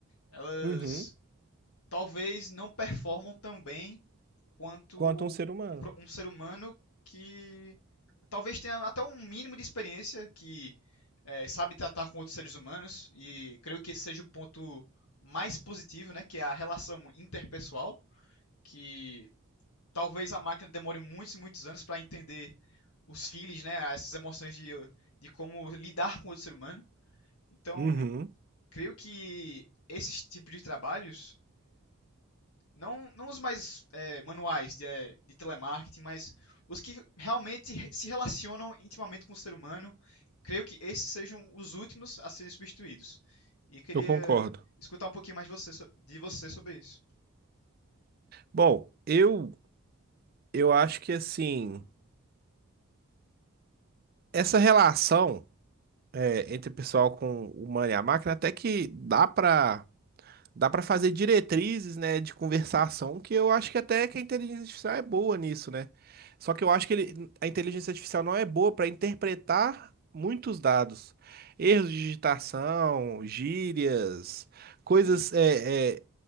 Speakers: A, on the left; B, on the right.
A: Elas
B: Uhum.
A: talvez não performam tão bem quanto
B: Quanto a um ser humano.
A: um, pro- um ser humano que talvez tenha até um mínimo de experiência que é, sabe tratar com outros seres humanos e creio que esse seja o ponto mais positivo, né? Que é a relação interpessoal que talvez a máquina demore muitos e muitos anos para entender os feelings, né, essas emoções de, de como lidar com o outro ser humano. Então,
B: Uhum,
A: creio que esses tipos de trabalhos, não, não os mais é, manuais de, é, de telemarketing, mas os que realmente se relacionam intimamente com o ser humano, creio que esses sejam os últimos a serem substituídos. E queria
B: eu concordo.
A: escutar um pouquinho mais de você, so- de você sobre isso.
B: Bom, eu eu acho que assim, essa relação é, entre o pessoal com o humano e a máquina até que dá pra dá para fazer diretrizes, né, de conversação, que eu acho que até que a inteligência artificial é boa nisso, né? Só que eu acho que ele- a inteligência artificial não é boa para interpretar muitos dados, erros de digitação, gírias, coisas
A: Sim,
B: é é,